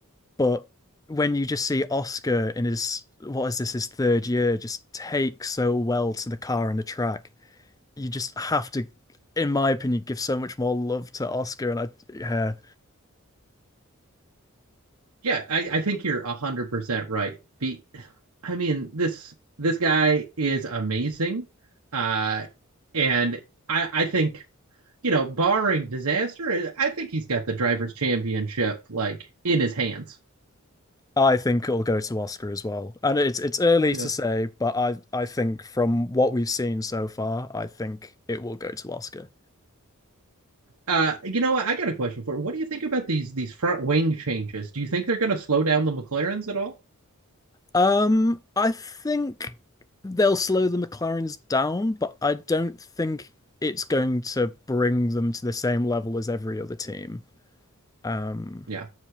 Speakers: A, on the left; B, on the right.
A: but when you just see Oscar in his what is this his third year just take so well to the car and the track, you just have to, in my opinion, give so much more love to Oscar, and I yeah,
B: yeah, I, I think you're one hundred percent right. Be I mean this this guy is amazing, uh, and I I think you know barring disaster, I think he's got the drivers' championship like in his hands.
A: I think it'll go to Oscar as well. And it's it's early
B: Yeah.
A: to say, but I I think from what we've seen so far, I think it will go to Oscar.
B: Uh, you know what? I got a question for you. What do you think about these these front wing changes? Do you think they're going to slow down the McLarens at all?
A: Um, I think they'll slow the McLarens down, but I don't think it's going to bring them to the same level as every other team. Um,
B: Yeah.